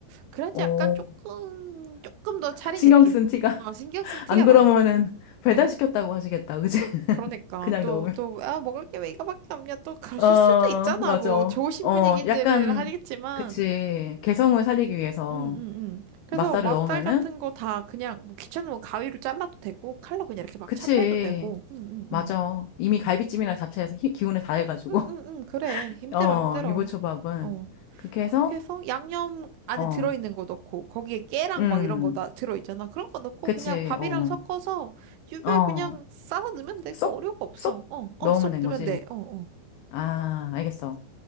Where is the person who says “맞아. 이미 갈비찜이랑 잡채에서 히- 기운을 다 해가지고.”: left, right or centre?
Left